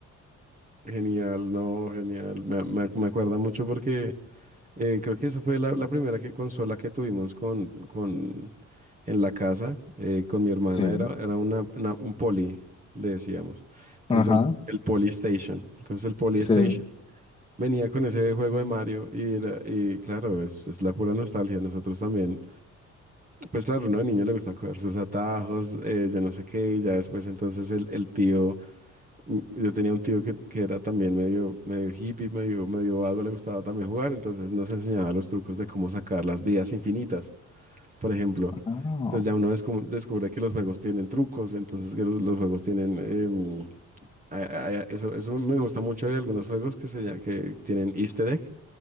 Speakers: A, on the right (about 25°); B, on the left (about 15°).
A: Genial, no, genial. Me, me, me acuerda mucho porque Eh, creo que esa fue la, la primera que, consola que tuvimos con, con, en la casa, eh, con mi hermana,
B: Sí.
A: era, era una, una- un Poli, le decíamos. Entonces
B: Ajá,
A: el, el Poli Station. Entonces el Poli
B: sí.
A: Station venía con ese juego de Mario y, era- y claro, es, es la pura nostalgia. Nosotros también, pues claro, uno de niño le gusta coger sus atajos, eh, yo no sé qué, y ya después entonces el, el tío... Mm, Yo tenía un tío que, que era también medio, medio hippie, medio, medio vago, le gustaba también jugar, entonces nos enseñaba los trucos de cómo sacar las vidas infinitas, por ejemplo.
B: Ah,
A: Entonces ya uno descu- descubre que los juegos tienen trucos, entonces que los, los juegos tienen... em, a- a- a- eso, eso me gusta mucho de algunos juegos que, se, lla- que tienen easter egg.